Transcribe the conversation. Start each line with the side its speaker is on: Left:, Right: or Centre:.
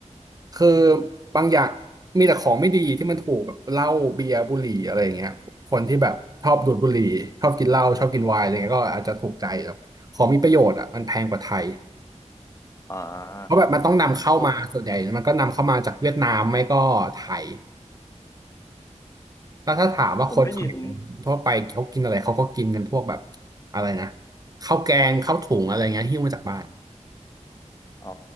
Right: คือบางอย่างมีแต่ของไม่ดีที่มันถูกแบบเหล้าเบียร์บุหรี่อะไรอย่างเงี้ยคนที่แบบชอบดูดบุหรี่ชอบกินเหล้าชอบกินไวน์อะไรเงี้ยก็อาจจะถูกใจแบบของมีประโยชน์อ่ะมันแพงกว่าไทย
Left: อ่า
Right: เพราะแบบมันต้องนำเข้ามาส่วนใหญ่มันก็นำเข้ามาจากเวียดนามไม่ก็ไทย
Left: พวก
Right: แล้วถ้าถามว่าคนเขมรทั่วไปเขากินอะไรเขาก็กินกันพวกแบบ
Left: ผมได้ยิน
Right: อะไรนะข้าวแกงข้าวถุงอะไรเงี้ยหิ้วมาจากบ้าน
Left: อ๋อ